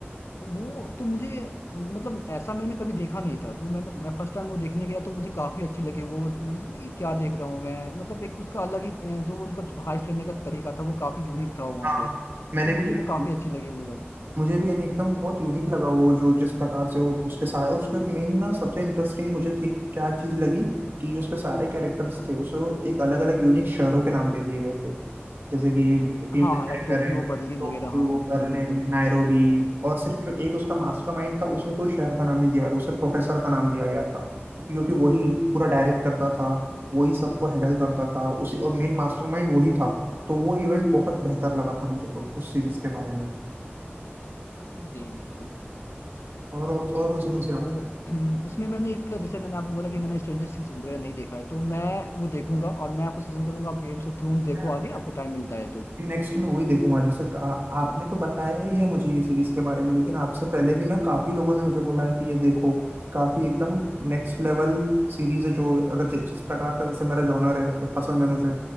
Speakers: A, on the left; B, on the right.
A: वो तो मुझे मतलब ऐसा मैंने कभी देखा नहीं था जो मैंने मैं फर्स्ट टाइम वो देखने गया तो मुझे काफी अच्छी लगी वो मैंने देखा ये क्या देख रहा हूँ मैं मतलब एक उसका अलग ही अ, जो उनका हाइस्ट करने का तरीका था वो काफी यूनिक था वहाँ
B: हाँ
A: पे
B: मैंने
A: तो मुझे
B: भी वही
A: वो
B: कहा।
A: काफी अच्छी लगी वो सब
B: मुझे भी यानी एकदम बहुत यूनिक लगा वो जो जिस प्रकार से वो उसके सारे उसके मेन ना सबसे इंटरेस्टिंग मुझे थी क्या चीज लगी कि जो उसके सारे कैरेक्टर्स थे उसे एक अलग अलग यूनिक शहरों के नाम दे दिए गए थे जैसे कि फीमेल
A: हाँ हाँ
B: क्रेकर
A: लाइक टोक्यो
B: है
A: बर्लिन
B: टोक्यो
A: वगैरह हाँ
B: बर्लिन
A: जी बिल्कुल
B: नायरोबी और सिर्फ जो एक उसका मास्टरमाइंड था उसे कोई शहर का नाम नहीं दिया गया उसे प्रोफेसर का नाम दिया गया था क्योंकि वही पूरा डायरेक्ट करता था वही सबको हैंडल करता था उसी और मेन मास्टरमाइंड वही था तो वो इवेंट बहुत बेहतर लगा था मुझे तो उस सीरीज के बारे में
A: जी बिल्कुल
B: और और कौन सी कौन सी
A: तो <clears throat> इसमें मैंने एक जैसे मैंने आपको बोला कि मैंने स्ट्रेंजर थिंग्स वगैरह नहीं देखा है तो मैं वो देखूंगा और मैं आपको सजेशन करूंगा आप गेम्स ऑफ थ्रोन देखो
B: आप
A: आगे आपको टाइम मिलता है तो
B: नेक्स्ट मैं वही देखूंगा जैसे आ, आपने तो बताया ही है मुझे ये सीरीज के बारे में लेकिन आपसे पहले भी ना काफी लोगों ने मुझे बोला है कि ये देखो काफी एकदम नेक्स्ट लेवल सीरीज है जो अगर जि, जिस प्रकार का जैसे मेरा जॉनर है तो पसंद है मुझे